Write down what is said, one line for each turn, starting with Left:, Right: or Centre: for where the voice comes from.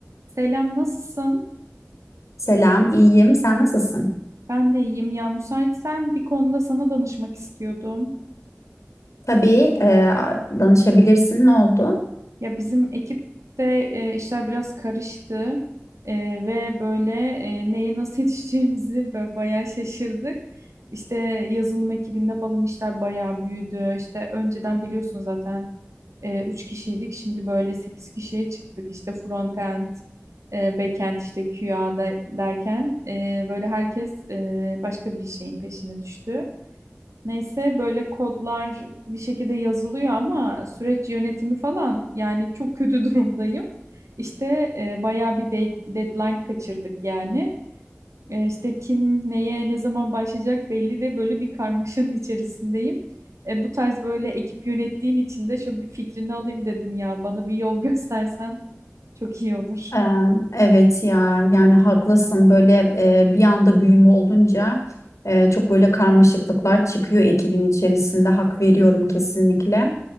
Right: Selam, nasılsın?
Left: Selam, iyiyim. Sen nasılsın?
Right: Ben de iyiyim. Ya müsaitsen bir konuda sana danışmak istiyordum.
Left: Tabii e, danışabilirsin. Ne oldu?
Right: Ya bizim ekipte e, işler biraz karıştı E, ve böyle e, neye nasıl <laughs> yetişeceğimizi böyle bayağı şaşırdık. İşte yazılım ekibinde falan işler bayağı büyüdü. İşte önceden biliyorsun zaten e, 3 kişiydik. Şimdi böyle 8 kişiye çıktık. İşte frontend, e, backend, işte QA da- derken e, böyle herkes e, başka bir şeyin peşine düştü. Neyse böyle kodlar bir şekilde yazılıyor ama süreç yönetimi falan yani çok kötü <laughs> durumdayım. İşte e, bayağı bir de- deadline kaçırdık yani. E, işte kim neye ne zaman başlayacak belli de böyle bir karmaşanın içerisindeyim. E, bu tarz böyle ekip yönettiğin için de şöyle bir fikrini alayım dedim ya bana bir yol <laughs> göstersen çok iyi olur.
Left: E, evet ya, yani haklısın. Böyle e, bir anda büyüme olunca e, çok böyle karmaşıklıklar çıkıyor ekibin içerisinde. Hak veriyorum kesinlikle.